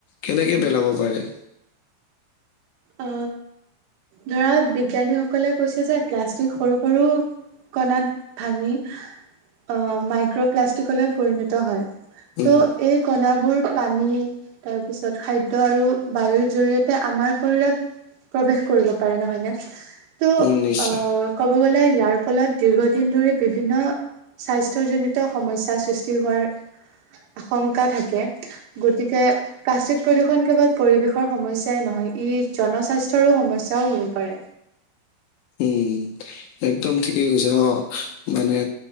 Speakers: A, on the left; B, on the right.
A: কেনেক পেলাব পাৰে।
B: অ ধৰা বিজ্ঞানীসকলে কৈছে যে প্লাষ্টিক সৰু সৰু কণাত ভাঙি আহ মাইক্ৰ'প্লাষ্টিকলৈ পৰিণত হয়।
A: উম
B: ত' এই কণাবোৰ পানী তাৰপিছত খাদ্য আৰু বায়ুৰ জৰিয়তে আমাৰ শৰীৰত প্ৰৱেশ কৰিব পাৰে নহয়নে। ত'
A: উম নিশ্চয়।
B: আহ ক'ব গ'লে ইয়াৰ ফলত দীৰ্ঘদিন ধৰি বিভিন্ন স্বাস্থ্যজনিত সমস্যাৰ সৃষ্টি হোৱাৰ আশংকা থাকে। গতিকে প্লাষ্টিক প্ৰদূষণ কেৱল পৰিৱেশৰ সমস্যাই নহয়। ই জনস্বাস্থ্যৰো সমস্যাও হ'ব পাৰে।
A: উম, একদম ঠিকেই কৈছে। অ', মানে